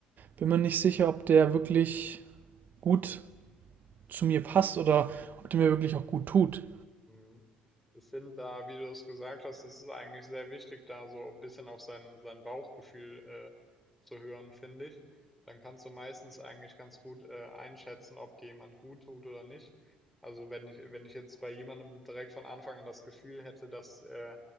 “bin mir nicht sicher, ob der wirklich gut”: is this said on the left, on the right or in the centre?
Right